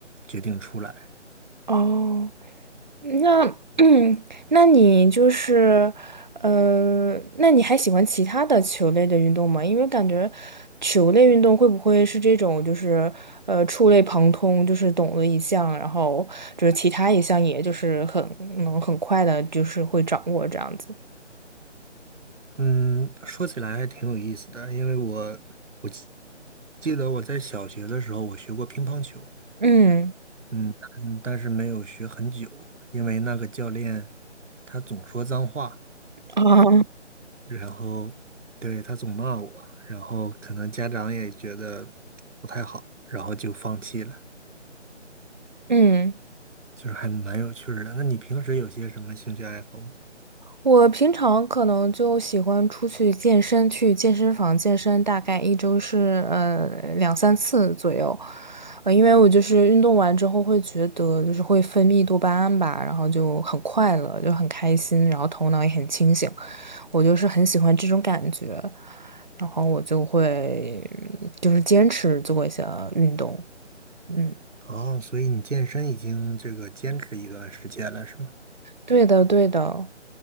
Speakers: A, on the right (about 85°); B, on the right (about 40°).
A: 决定出来。
B: 哦。那 <clears throat> 那你就是，呃，那你还喜欢其他的球类的运动吗？因为感觉球类运动会不会是这种，就是呃触类旁通，就是懂了一项，然后就是其他一项，也就是很能很快的，就是会掌握这样子。
A: 嗯，说起来还挺有意思的，因为我我记记得我在小学的时候我学过乒乓球，
B: 嗯
A: 嗯，但但是没有学很久，因为那个教练他总说脏话，
B: 啊，
A: 然后对他总骂我，然后可能家长也觉得不太好，然后就放弃了。
B: 嗯。
A: 就是还蛮有趣儿的。那你平时有些什么兴趣爱好吗？
B: 我平常可能就喜欢出去健身，去健身房健身，大概一周是呃两三次左右，呃，因为我就是运动完之后会觉得就是会分泌多巴胺吧，然后就很快乐，就很开心，然后头脑也很清醒，我就是很喜欢这种感觉，然后我就会嗯就是坚持做一些运动，嗯。
A: 哦，所以你健身已经这个坚持一段时间了，是吗？
B: 对的，对的。